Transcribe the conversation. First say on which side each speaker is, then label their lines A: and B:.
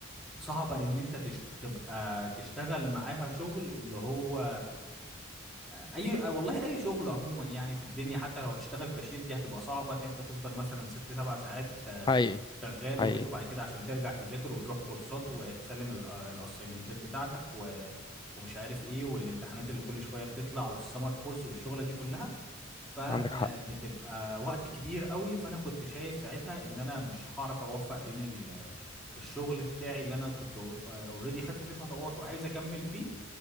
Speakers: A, in the centre; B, on the left (about 20°).
A: صعبة ان انت تش... تبقى تشتغل معاها شغل اللي هو آه، اي آه، والله اي شغل عموما يعني في الدنيا حتى لو هتشتغل كاشير دي هتبقى صعبة ان انت تفضل مثلا ست سبع ساعات آه،
B: حقيقي
A: شغال
B: حقيقي
A: وكده وبعد كده عشان ترجع تذاكر وتروح كورسات وتسلم ال- آه، الاسايمنتات بتاعتك و... ومش عارف ايه والامتحانات اللي كل شوية بتطلع والسمر كورس والشغلة دي كلها فبتبقى
B: عندك حق
A: وقت كبير قوي فانا كنت شايف ساعتها ان انا مش هعرف اوفق بين ال- الشغل بتاعي اللي انا كنت اوريدي خدت فيه خطوات وعايز اكمل فيه